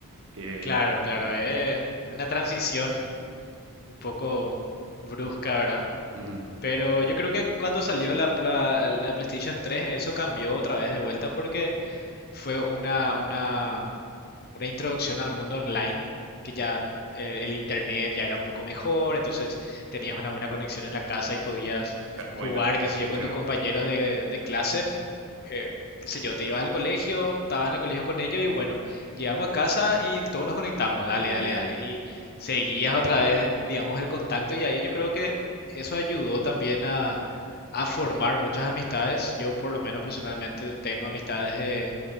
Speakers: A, on the right; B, on the left.
A: que,
B: Claro, claro,
A: que-
B: es una transición un poco brusca, ¿verdad?
A: Ujú.
B: Pero yo creo que cuando salió la, pla- la PlayStation 3 eso cambió otra vez de vuelta porque fue una, una, una introducción al mundo online, que ya eh, el internet ya era un poco mejor, entonces tenías una buena conexión en la casa y podías
A: Nah,
B: jugar,
A: Buena,
B: qué sé
A: entre,
B: yo, con tus compañeros de, de clase. eh, qué sé yo, te ibas al colegio, estabas en el colegio con ellos y bueno, llegamos a casa y todos nos conectamos, dale,
A: Eh,
B: dale, dale. Y seguías otra vez, eh, digamos, el contacto y ahí yo creo que eso ayudó también a, a formar muchas amistades. Yo por lo menos personalmente tengo amistades de